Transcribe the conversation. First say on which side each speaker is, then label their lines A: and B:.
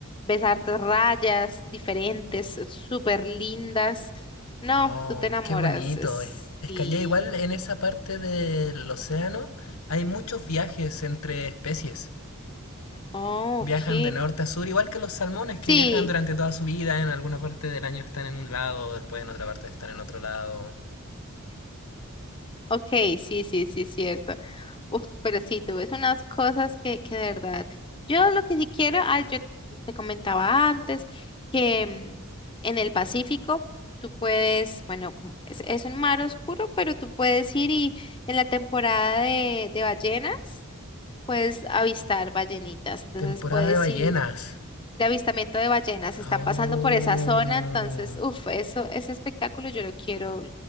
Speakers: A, on the left (about 25°); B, on the left (about 80°).
A: ves hartas rayas diferentes, súper lindas. No,
B: Oh,
A: tú te enamoras.
B: qué bonito.
A: es-
B: Es, es
A: Sí.
B: que allá igual en esa parte del océano hay muchos viajes entre especies.
A: Oh,
B: Viajan
A: ok.
B: de norte a sur, igual que los salmones
A: Sí,
B: que viajan durante toda su vida. En alguna parte del año están en un lado, después en otra parte están en otro lado.
A: ok, sí, sí, sí, cierto. Uf, pero sí, tú ves unas cosas que, que de verdad. Yo lo que sí quiero, ah, yo te comentaba antes que mm, en el Pacífico tú puedes, bueno, como es, es un mar oscuro, pero tú puedes ir y en la temporada de, de ballenas puedes avistar ballenitas. Entonces
B: Temporada
A: puedes
B: de ballenas.
A: ir. de avistamiento de ballenas, están
B: Oh.
A: pasando por esa zona, entonces, uff, eso, ese espectáculo yo lo quiero,